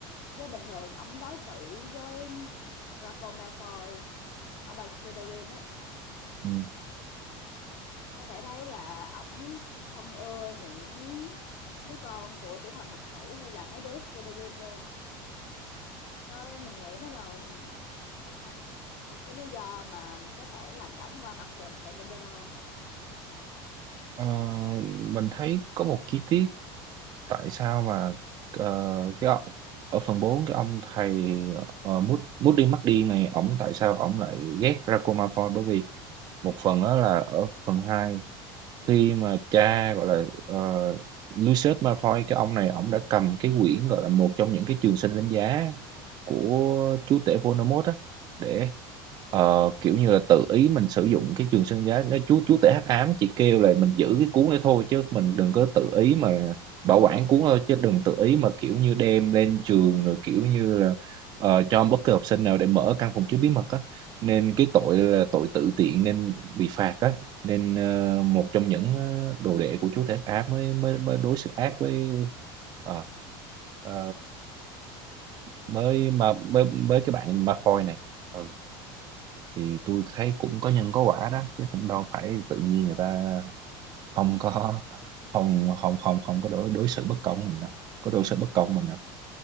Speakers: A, on the left; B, on the right.
A: với bình thường ổng đối xử với Draco Malfoy, Albus Slytherin á
B: ừ.
A: Có thể thấy là ổng không ưa những đứa con của Tử Thần Hợp Tử hay là mấy đứa Shredder luôn. Đó mình nghĩ đó là sao ta? Một cái lý do mà có thể làm cho ổng qua mặt được thầy Dumbledore.
B: Ờ, mình thấy có một chi tiết tại sao mà ờ, cái ọ- ở phần 4 cái ông thầy uh, Moody Moody McD này ổng tại sao ổng lại ghét Draco Malfoy bởi vì một phần đó là ở phần 2 khi mà cha gọi là ờ, Lucius Malfoy cái ông này ông đã cầm cái quyển gọi là một trong những cái trường sinh đánh giá của chúa tể Voldemort á để ờ, kiểu như là tự ý mình sử dụng cái trường sinh giá nó chú chú tể hắc ám chỉ kêu là mình giữ cái cuốn đấy thôi chứ mình đừng có tự ý mà bảo quản cuốn thôi chứ đừng tự ý mà kiểu như đem lên trường rồi kiểu như là ờ, cho bất kỳ học sinh nào để mở căn phòng chứa bí mật á nên cái tội là tội tự tiện nên bị phạt á nên ờ, một trong những ờ, đồ đệ của chúa Thể Á mới mới mới đối xử ác với ờ, ờ, mới mà mới mới cái bạn Malfoy này ừ. thì tôi thấy cũng có nhân có quả đó chứ cũng đâu phải tự nhiên người ta không có không không không không có đối đối xử bất công mình đâu có đối xử bất công mình đâu